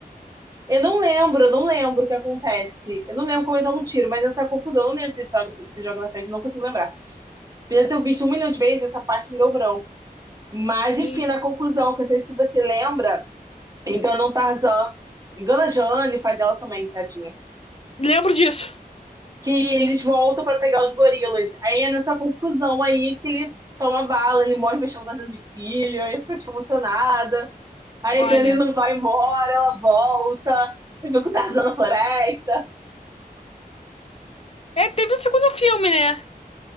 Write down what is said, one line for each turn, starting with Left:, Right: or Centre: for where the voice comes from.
Right: Eu não lembro, eu não lembro o que acontece. Eu não lembro como ele toma um tiro, mas essa confusão, eu não lembro se ele se joga- na frente, eu não consigo lembrar. Apesar de eu ter visto um milhão de vezes, essa parte me deu branco. Mas, enfim,
Left: Hum,
Right: na confusão, que eu não sei se você lembra, engana um Tarzan, engana a Jane, pai dela também, tadinha.
Left: Lembro disso.
Right: Que eles voltam pra pegar os gorilas. Aí é nessa confusão aí que ele toma bala, ele morre mexendo Tarzan de filho, aí fica tipo, emocionada. Aí
Left: Olha.
Right: a Jane não vai embora, ela volta. E que o Tarzan na floresta.
Left: É, teve o segundo filme, né?